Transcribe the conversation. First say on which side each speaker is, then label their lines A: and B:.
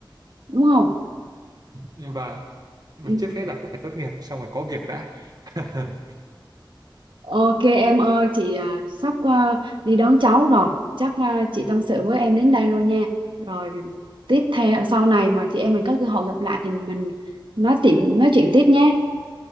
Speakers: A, on the right; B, on the right.
A: đúng không?
B: và mà
A: Ừ.
B: trước hết là cứ phải tốt nghiệp xong rồi có việc đã <laughs>
A: Ok em ơi, chị à, sắp à, đi đón cháu rồi. Chắc à, chị tâm sự với em đến đây rồi nha. Rồi tiếp theo sau này mà chị em mình có cơ hội gặp lại thì mình nói chuyện nói chuyện tiếp nhé.